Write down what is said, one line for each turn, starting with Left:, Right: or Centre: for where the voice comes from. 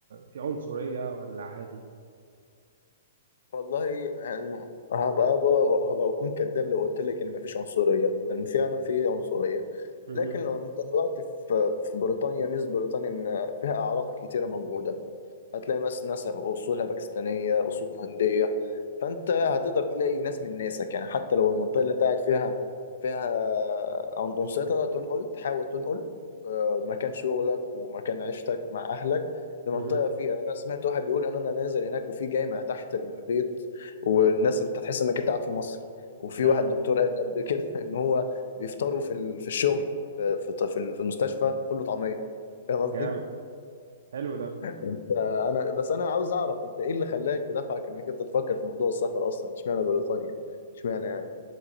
Right: في عنصرية ولا عادي
Left: والله يعني هبقى هبقى هبقى اكون كذاب لو قلت لك ان مفيش عنصريه لان فعلا في عنصريه
Right: مهم.
Left: لكن لو انت دلوقتي في في بريطانيا ميز بريطانيا ان فيها اعراق كتيره موجوده هتلاقي ناس ناس اصولها باكستانيه اصول هنديه فانت هتقدر تلاقي ناس من ناسك يعني حتى لو المنطقه اللي انت قاعد فيها فيها عندهم سيطره تنقل تحاول تنقل آه، مكان شغلك ومكان عيشتك مع اهلك لمنطقه
Right: مهم.
Left: فيها انا سمعت واحد بيقول ان انا نازل هناك وفي جامع تحت البيت والناس انت تحس انك انت قاعد في مصر وفي
Right: حلو
Left: واحد دكتور قال لي قبل كده <laughs> ان هو بيفطروا في ال- في الشغل آه، في في في المستشفى فول وطعميه فاهم قصدي؟
Right: جامد حلو ده
Left: انت انا بس انا عاوز اعرف انت ايه اللي خلاك دفعك انك انت تفكر في موضوع السفر اصلا اشمعنى بريطانيا اشمعنى يعني